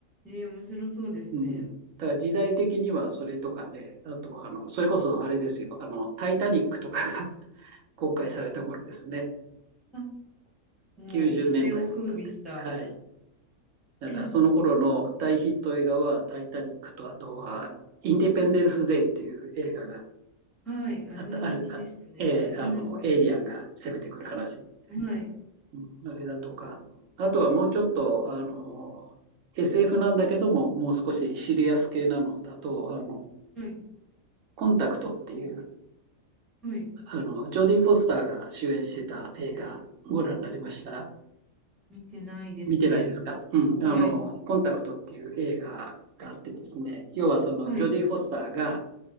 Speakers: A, in the centre; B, on the right.
A: うん。えー、面白そうですね。
B: うん。だから時代的にはそれとかね、あとはあの、それこそあれですよ、あの、タイタニックとかが <laughs> 公開された頃ですね。
A: あもう一世を風靡した。
B: 90年代だいだったんで。はい。だからその頃の大ヒット映画はタイタニックと、
A: <clears throat> うん
B: あとはインディペンデンス・デイっていう映画が
A: はい、あれも人気でしたね。
B: あった、ある、あえーあの、
A: うん、
B: エイリアンが攻めてくる話
A: はい、
B: うんあれだとか、あとはもうちょっと、あの、SF なんだけども、もう少しシリアス系なのだと、あの、
A: はい、
B: コンタクトっていう、
A: はい。
B: あの、ジョディ・フォスターが主演してた映画、ご覧になりました
A: 見てないですね。
B: 見てないですかうん、
A: はい、
B: あの、コンタクトっていう映画があってですね、要はその、
A: はい、
B: ジョディ・フォスターが、